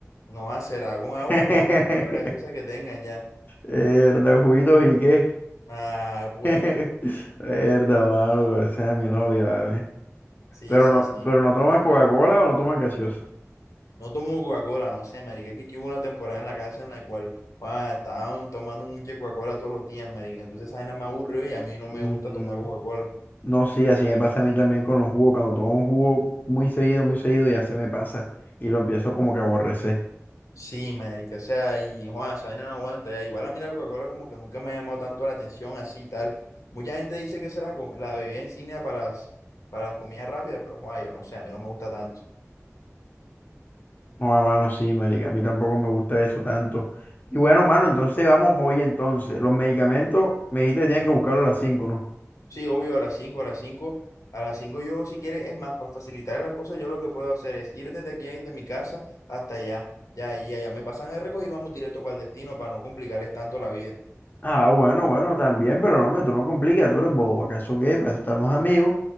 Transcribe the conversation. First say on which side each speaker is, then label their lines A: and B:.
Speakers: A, on the left; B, on the left.
A: No va a ser, con
B: <laughs>
A: agua o con cualquier otra gaseosa que tengan ya.
B: Mierda, juguitos y qué.
A: Ah,
B: <laughs>
A: pues,
B: Mierda, mano, parece a mi novia, ¿vale?
A: sí,
B: Pero
A: sí,
B: no,
A: sí.
B: pero no tomas Coca-Cola o no tomas gaseosa.
A: No tomo Coca-Cola, no sé, marica. Es que aquí hubo una temporada en la casa en la cual ah, estaban tomando mucha Coca-Cola todos los días, marica. Entonces esa vaina me aburrió y a mí no
B: Mm,
A: me gusta tomar Coca-Cola.
B: No, sí, así me pasa a mí también con los jugos. Cuando tomo un jugo muy seguido, muy seguido, ya se me pasa y lo empiezo como que a aborrecer.
A: Sí, marica, o sea, y Juan, esa vaina no aguanta. ya. Igual a mí la Coca-Cola como que nunca me ha llamado tanto la atención, así y tal. Mucha gente dice que será la, com- la bebida insignia para las, para las comidas rápidas, pero Juan, yo no sé, a mí no me gusta tanto.
B: No, a mano, sí, marica. A mí tampoco me gusta eso tanto. Y bueno, mano, entonces vamos hoy entonces. Los medicamentos, me dijiste que tienes que buscarlos a las cinco ¿no?
A: Sí, obvio, a las 5 a las 5 A las 5 yo, si quieres, es más, para facilitar las cosas, yo lo que puedo hacer es ir desde aquí, desde mi casa hasta allá. Ya, y allá me pasan el récord y vamos directo para el destino para no complicarles tanto la vida.
B: Ah, bueno, bueno, también, pero no, hombre, tú no complicas, tú eres bobo. ¿Acaso qué? Para eso están los amigos.